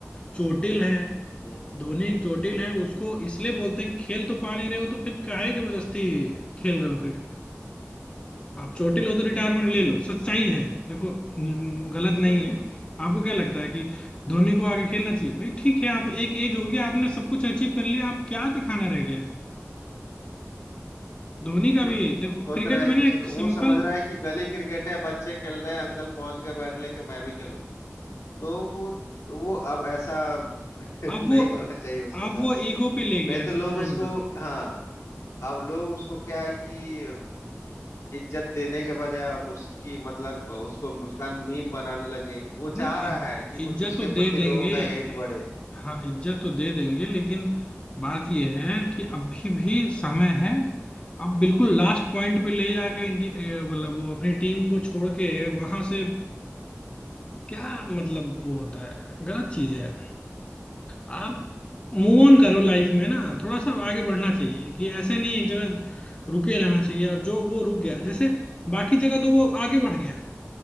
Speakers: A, on the left; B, on the left.
A: चोटिल है
B: हम्म
A: धोनी चोटिल है उसको इसलिए बोलते हैं कि खेल तो पा नहीं रहे हो तो फिर काहे जबरदस्ती खेल रहे हो आप चोटिल
B: हाँ
A: हो तो रिटायरमेंट ले लो सच्चाई है देखो न- गलत
B: बिल्कुल
A: नहीं है आपको क्या लगता है कि धोनी को आगे खेलना चाहिए भाई ठीक है आप एक एज हो गई आपने सब कुछ अचीव कर लिया आप क्या दिखाना रह गया है धोनी का
B: वो
A: भी यही देखो
B: सोच
A: क्रिकेट
B: रहा है
A: में
B: कि
A: ना
B: चलो
A: एक
B: वो
A: सिंपल
B: समझ रहा है कि गली क्रिकेट है बच्चे खेल रहे हैं अंकल पहुंच गए बैट लेके मैं भी खेलूं तो वो वो अब ऐसा <laughs> नहीं
A: अब वो
B: होना चाहिए उसके
A: अब
B: साथ
A: वो ईगो पे ले
B: नहीं
A: गया है
B: तो लोग
A: सच्चाई
B: उसको
A: बता
B: हाँ अब लोग उसको क्या है कि इज्जत देने के बजाय अब उसकी मतलब उसको उसका मीम बनाने लगे वो
A: नहीं
B: चाह
A: इ-
B: रहा है कि कुछ
A: इज्जत
B: उसके
A: तो
B: प्रति
A: दे देंगे
B: लोगों का हेट
A: इ-
B: बढ़े
A: हाँ इज्जत तो दे देंगे लेकिन बात यह है कि अभी भी समय है अब बिल्कुल लास्ट पॉइंट पे ले जाके इंडिया मतलब वो अपनी टीम को छोड़ के वहां से क्या मतलब वो होता है गलत चीज है आप
B: हम्म,
A: मूव ऑन
B: ये
A: करो
B: तो
A: लाइफ
B: है
A: में ना थोड़ा सा आगे बढ़ना चाहिए कि ऐसे नहीं एक जगह रुके रहना चाहिए और जो वो रुक गया जैसे बाकी जगह तो वो आगे बढ़ गया